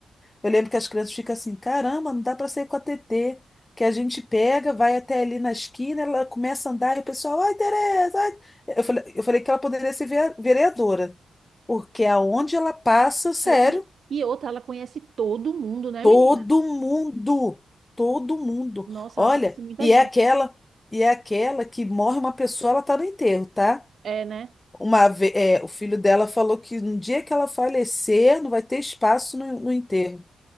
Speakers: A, on the left (about 20°); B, on the right (about 65°).
A: Eu lembro que as crianças ficam assim, caramba, não dá para sair com a TT, que a gente pega, vai até ali na esquina, ela começa a andar e o pessoal, ai, Tereza, ai. Eu falei, eu falei que ela poderia ser vea- vereadora, porque aonde ela passa, sério,
B: E, e, e outra, ela conhece todo mundo, né,
A: todo
B: menina?
A: mundo, todo mundo.
B: Nossa,
A: Olha,
B: ela conhece muita
A: e
B: gente.
A: é aquela, e é aquela que morre uma pessoa, ela tá no enterro, tá?
B: É, né?
A: Uma, ve- é, o filho dela falou que no dia que ela falecer, não vai ter espaço no no enterro.